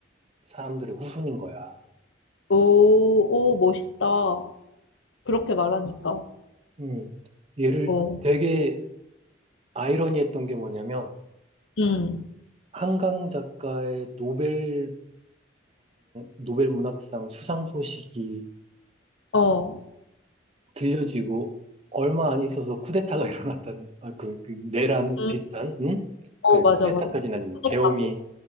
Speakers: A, on the right; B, on the left.
A: 사람들의 후손인 거야.
B: 오, 오, 멋있다. 그렇게 말하니까.
A: 음. 얘를
B: 어,
A: 되게 아이러니했던 게 뭐냐면
B: 음,
A: 한강 작가의 노벨상, 노벨 문학상 수상 소식이
B: 어,
A: 들려지고 얼마 안 있어서 쿠데타가 <laughs> 일어났다는 아, 그, 그 내란
B: 음,
A: 비슷한 응?
B: 어,
A: 그래
B: 맞아,
A: 쿠데타까지는
B: 맞아.
A: 아니고
B: 근데
A: 계엄이
B: 다-